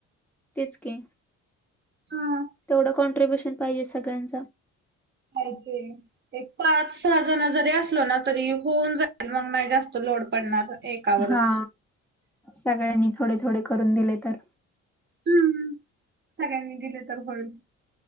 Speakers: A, in the centre; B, on the right.
A: तेच की
B: हा
A: तेवढं कॉन्ट्र्रीब्युशन पाहिजे सगळ्यांचं
B: हाय ते एक पाच सहा जण जरी असलो ना तरी होऊन जाईल मग नाही जास्त लोड पडणार एकावरच
A: हा सगळ्यांनी थोडे थोडे करून दिले तर
B: हम्म सगळ्यांनी दिले तर होईल